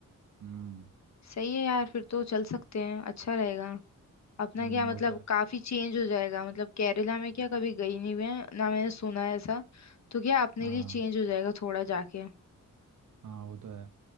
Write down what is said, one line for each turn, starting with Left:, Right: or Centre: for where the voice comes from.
Right: हम्म
Left: सही है यार फिर तो चल सकते हैं अच्छा रहेगा अपना
Right: हम्म
Left: क्या मतलब
Right: वो तो है
Left: काफी चेंज हो जाएगा मतलब केरला में
Right: हम्म
Left: क्या कभी गई नहीं हुई है ना मैंने सुना है ऐसा तो क्या अपने
Right: हाँ
Left: लिए चेंज हो जाएगा थोड़ा जाके
Right: हाँ वो तो है